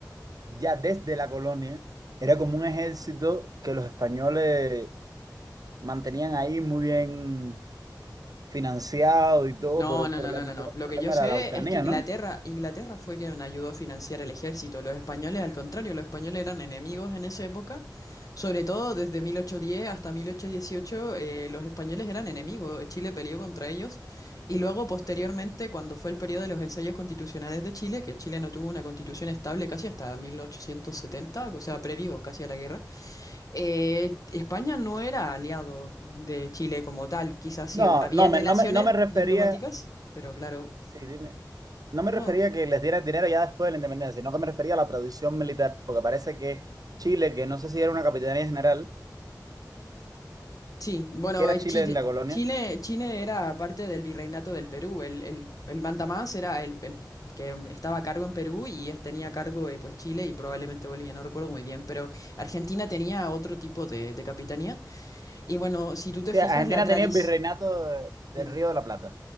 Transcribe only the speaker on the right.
ya desde la colonia, era como un ejército que los españoles mantenían ahí muy bien financiado y todo
por el
problema,
todo
el problema
de la Araucanía,
¿no?
No,
no
me, no me, no me refería,
sí, dime, no me
refería que les diera el dinero ya después de la independencia, sino que me refería a la tradición militar, porque parece que Chile, que no sé si era una capitanía general,
que era
Chile
en la colonia,
o sea,
Argentina
tenía el virreinato de-
del Río de la Plata.